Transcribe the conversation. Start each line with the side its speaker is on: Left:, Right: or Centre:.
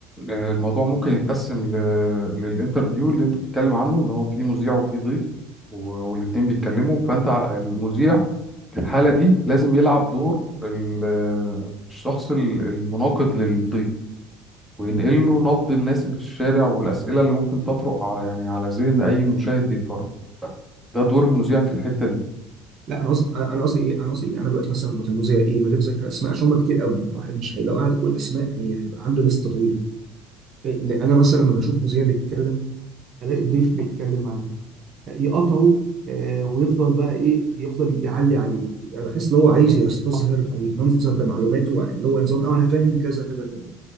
Centre: آه، الموضوع ممكن يتقسم ل... للانترفيو اللي انت بتتكلم عنه اللي هو فيه مذيع وفيه ضيف و... والاتنين بيتكلموا فانت ع- المذيع في الحاله دي لازم يلعب دور ال... الشخص ال- المناقض للضيف وينقل له نبض الناس اللي في الشارع والاسئله اللي ممكن تطرق ع- يعني على ذهن اي مشاهد بيتفرج ده دور المذيع في الحته دي
Right: لا أنا قصدي أنا قصدي إيه؟ أنا قصدي إيه؟ أنا دلوقتي مثلا بطل المذيع إيه من غير ذكر أسماء عشان هم كتير قوي الواحد مش هي- لو قعد يقول أسماء هي- هيبقى عنده لست طويل إيه، أنا مثلا لما بشوف مذيع بيتكلم ألاقي الضيف بيتكلم معاه يقطعه آه، ويفضل بقى ايه يفضل يعلي عليه يعني بحس لو هو عايز يستظهر او يتمنظر بمعلوماته اللي هو نظام اه انا فاهم كذا كذا كذا